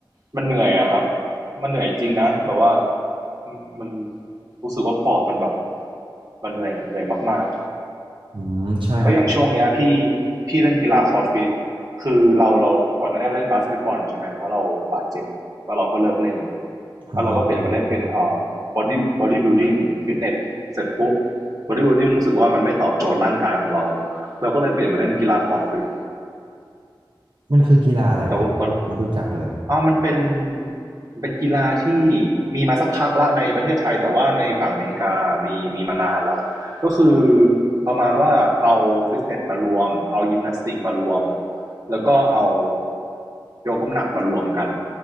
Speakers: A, on the right; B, on the right.
A: มันเหนื่อยอะครับมันเหนื่อยจริงนะแบบว่ามันรู้สึกว่าปอดมันแบบมันเหนื่อยเหนื่อยมาก
B: อืมใช่ครับ
A: แล้วอย่างช่วงเนี้ยพี่พี่เล่นกีฬาคอร์ดฟิตคือเราเราก่อนหน้านี้เราเล่นบาสเกตบอลใช่ไหมเพราะเราบาดเจ็บแล้วเราก็เลิกเล่น
B: อ่า
A: แล้วเราก็เปลี่ยนมาเล่นเป็นเอ่อบอดี้บอดี้บิลดิ้งฟิตเนสเสร็จปุ๊บบอดี้บิลดิ้งรู้สึกว่ามันไม่ตอบโจทย์ร่างกายของเราเราก็เลยเปลี่ยนมาเล่นกีฬาคอร์ดฟิต
B: มันคือกีฬาอะไรเหรอครับพี่ผมไม่รู้จักเลยอะ
A: แต่ว่าตอน อ่ามันเป็นเป็นกีฬาที่มีมาสักพักแล้วในประเทศไทยแต่ว่าในฝั่งอเมริกามีมีมานานแล้วก็คือประมาณว่าเอาฟิตเนสมารวมเอายิมนาสติกมารวมแล้วก็เอายกน้ำหนักมารวมกัน